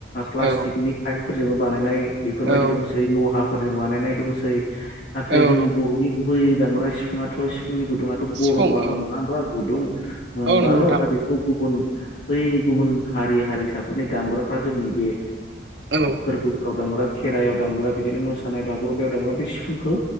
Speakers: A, on the left (about 75°); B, on the right (about 75°).
A: प्लास्टिकनि
B: औ
A: पाइपफोरजों बानायनाय बेफोरबायदि
B: औ
A: दंसै लहाफोरजों बानायनाय दंसै नाथाय
B: औ
A: जोंनि बर'नि गुबै दामग्रा सिफुंआथ' फुंनि गुदुंआथ' गरमबाल'
B: सिफुं औ
A: नङा होमबा गुदुं मोनबाल'
B: औ नंगौ नोंथां
A: दा बेखौ गुबुन बै गुबुन हारि हारिसाफोरनि दामग्राफ्रा जोंनि बे
B: औ
A: फोरबोफोराव दामग्रा खेराइयाव दामग्रा बिदिनो मोसानाय बागुरुम्बायाव दामग्रा बे सिफुंखौ